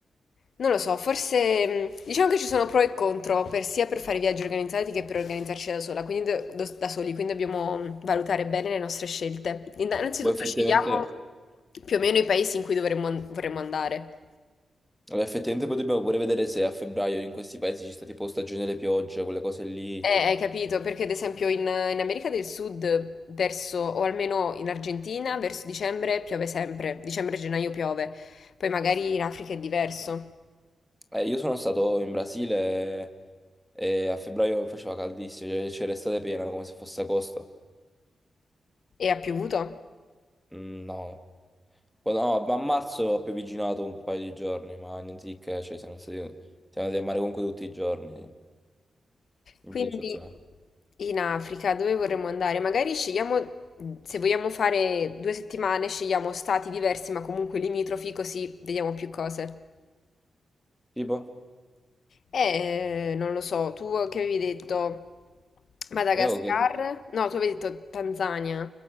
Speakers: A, on the left; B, in the centre.
A: non lo so, forse mh, diciamo che ci sono pro e contro, per- sia per fare viaggi organizzati che per organizzarci da sola, quindi do- do- da soli, quindi dobbiamo mh, valutare bene le nostre scelte. Inna- Innanzitutto
B: Poi effettivamente...
A: scegliamo più o meno i paesi in cui dovremmo an- vorremmo andare.
B: Allora, effettivamente poi dobbiamo pure vedere se a febbraio in questi paesi ci sta tipo stagione delle piogge, quelle cose lì.
A: Eh, hai capito, perché ad esempio in, in America del Sud, verso, o almeno in Argentina, verso dicembre piove sempre, dicembre-gennaio piove, poi magari in Africa è diverso
B: Eh, io sono stato in Brasile e a febbraio faceva caldissimo, cioè c'era estate piena come se fosse agosto.
A: e ha piovuto.
B: Mm, no. Oh, No, ma a marzo ho pioviginato un paio di giorni, ma niente di che, cioè siamo stati, siamo andati a mare comunque tutti i giorni, niente
A: Quindi
B: di eccezionale.
A: in Africa dove vorremmo andare? Magari scegliamo, se vogliamo fare due settimane, scegliamo stati diversi ma comunque limitrofi, così vediamo più cose.
B: Tipo,
A: Eh, non lo so, tu che avevi detto Madagascar?
B: io che
A: No, tu avevi detto Tanzania.